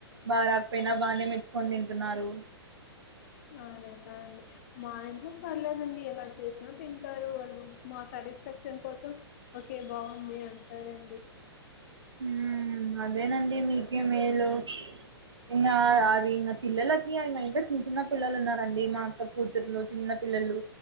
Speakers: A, on the right; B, on the left.
A: బాగా రాకపోయినా బానే మెచ్చుకొని తింటున్నారు
B: ఆ అదే కారండి మా ఇంట్లో పర్లేదండి ఎలా చేసినా తింటారు వాళ్ళు మా సాటిస్ఫాక్షన్ కోసం ఓకే బావుంది అంటారండి
A: ఉ అదేనండి మీకే మేలు ఇంకా అవి ఇంకా పిల్లలకి ఇ ఇంకా చిన్న చిన్న పిల్లలు ఉన్నారండి మా అక్క కూతురులు చిన్న పిల్లలు